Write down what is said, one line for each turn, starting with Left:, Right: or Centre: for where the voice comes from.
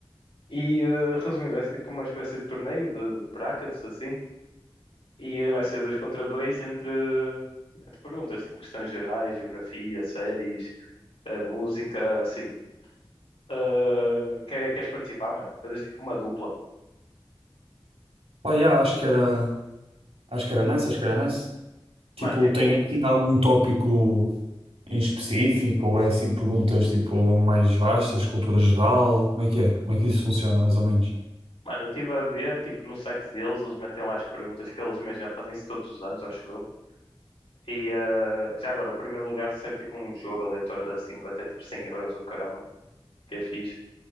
Left: E, eh, resumindo, vai ser, tipo, uma espécie de torneio de, de brackets, assim. E eh, vai ser dois contra dois entre, entre perguntas, tipo, questões gerais, geografia, séries a música, assim. Uh, quer- queres participar, mano? Fazes tipo uma dupla.
Right: Pá, yeah, acho que era, acho que era nice, acho que era nice. Tipo,
Left: Mano, tipo,
Right: tem assim algum tópico em específico ou é assim perguntas tipo mais vastas, cultura geral? Como é que é? Como é que isso funciona, mais ou menos?
Left: mano, eu estive a ver, tipo, no site deles, eles metem lá as perguntas que eles, imagina, fazem isso todos os anos, acho eu. E uh, já agora, o primeiro lugar recebe tipo um jogo aleatório da Simba, até tipo 100 euros, ou caramba, que é fixe.